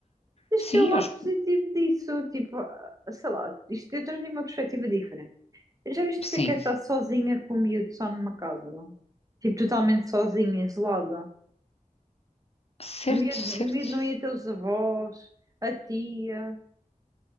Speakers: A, on the right; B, on the left.
A: Este
B: Sim,
A: é o lado
B: aos-
A: positivo disso, tipo, ah, sei lá, isto eu tenho uma perspectiva diferente. Já viste
B: sim,
A: o que é que é estar sozinha com o miúdo só numa casa? Tipo, totalmente sozinha, isolada.
B: certo,
A: O miúdo,
B: certo,
A: o miúdo não ia ter os avós, a tia.